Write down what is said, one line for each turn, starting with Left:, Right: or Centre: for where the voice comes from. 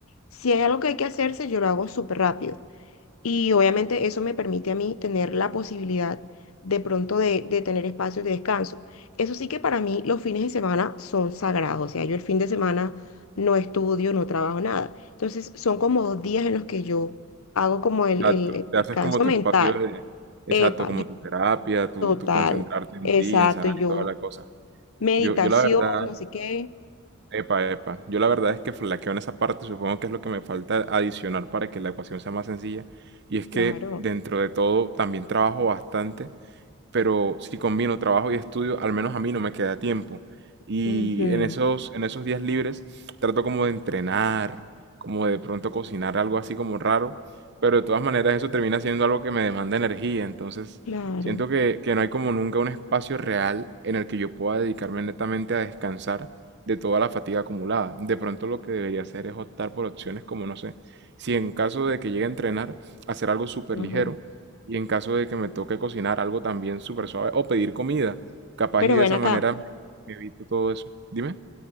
Left: si hay algo que hay que hacerse, yo lo hago súper rápido. Y obviamente eso me permite a mí tener la posibilidad de pronto de, de tener espacios de descanso. Eso sí que para mí los fines de semana son sagrados. O sea, yo el fin de semana no estudio, no trabajo nada. Entonces son como dos días en los que yo hago como el,
Right: Exacto,
Left: el- el
Right: te
Left: descanso
Right: haces como tu
Left: mental.
Right: espacio de, exacto,
Left: Epa,
Right: como
Left: yo
Right: tu terapia, tu,
Left: total,
Right: tu concentrarte en
Left: exacto,
Right: ti, en sanar
Left: yo
Right: y toda la cosa.
Left: meditación,
Right: Yo, yo la verdad,
Left: no sé qué.
Right: Epa, epa. Yo la verdad es que flaqueo en esa parte, supongo que es lo que me falta adicionar para que la ecuación sea más sencilla. Y es que
Left: Claro,
Right: dentro de todo también trabajo bastante pero si combino trabajo y estudio, al menos a mí no me queda tiempo. Y
Left: ujú,
Right: en esos, en esos días libres trato como de entrenar, como de pronto cocinar algo así como raro, pero de todas maneras eso termina siendo algo que me demanda energía, entonces
Left: claro.
Right: siento que, que no hay como nunca un espacio real en el que yo pueda dedicarme netamente a descansar de toda la fatiga acumulada. De pronto lo que debería hacer es optar por opciones como, no sé, si en caso de que llegue a entrenar, hacer algo súper
Left: ajá.
Right: ligero y en caso de que me toque cocinar algo también súper suave o pedir comida, capaz
Left: Pero
Right: y de
Left: ven
Right: esa
Left: acá.
Right: manera me, me evito todo eso. Dime,